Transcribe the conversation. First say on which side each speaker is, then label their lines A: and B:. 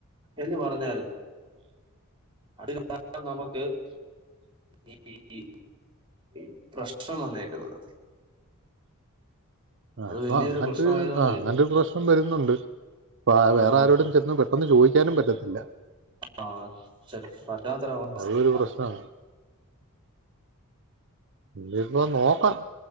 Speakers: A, on the right (about 20°); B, on the right (about 55°).
A: എന്ന് പറഞ്ഞാറ് അത് കാരണം നമുക്ക് ഇ ഇ ഇ ഇപ്രശ്നം വന്നേക്കുന്നത്
B: ആഹ്
A: അത്
B: ഇപ്പൊ
A: വലിയൊരു
B: അങ്ങനത്തെ
A: പ്രശ്നമായതുകൊണ്ടേ.
B: ആഹ് അങ്ങനത്തെരു പ്രശ്നം വരുന്നുണ്ട് പ്പൊ
A: ആഹ്.
B: വേറെ ആരോടും
A: ആഹ്.
B: ചെന്ന് പെട്ട ഒന്ന് ചോയിക്കാനും പറ്റത്തില്ല
A: ആഹ് ച പറ്റാത്തൊരവസ്ഥ
B: അതൊരു പ്രശ്നം ഇല്ലപ്പ നോക്കാ